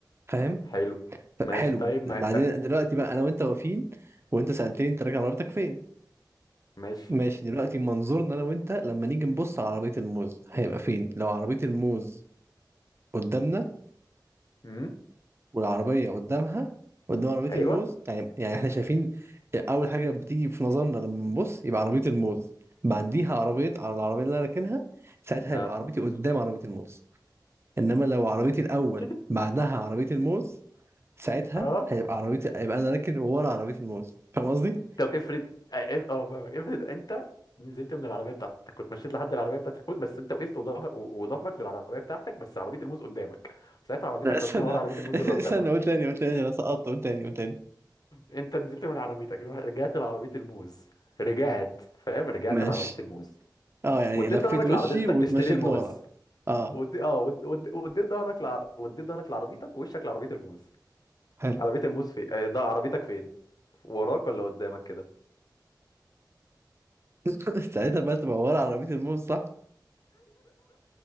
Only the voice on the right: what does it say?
فاهم
ف-
حلو
بعدين
دلوقتي بقى انا وانت واقفين وانت سألتني انت راكن عربيتك فين
ماشي دلوقتي منظورنا انا وانت لما نيجي نبص على عربية الموز هيبقى فين لو عربية الموز قدامنا
والعربية قدامها قدام عربية
الموز يعني يعني احنا شايفين اول حاجة بتيجي في نظرنا لما نبص يبقى عربية الموز بعديها عربية على العربية اللي انا راكنها ساعتها
يبقى عربيتي قدام عربية الموز انما لو عربيتي الاول
بعدها عربية الموز ساعتها
هيبقى عربيتي يبقى انا راكن ورا عربية الموز فاهم قصدي؟
لا استنى
<laughs>
استنى قول تاني قول تاني انا سقطت قول تاني قول تاني
ماشي
اه يعني
لفيت
وشي
واتمشيت
لورا اه
حلو
<laughs> ساعتها بقى تبقى ورا عربية الموز صح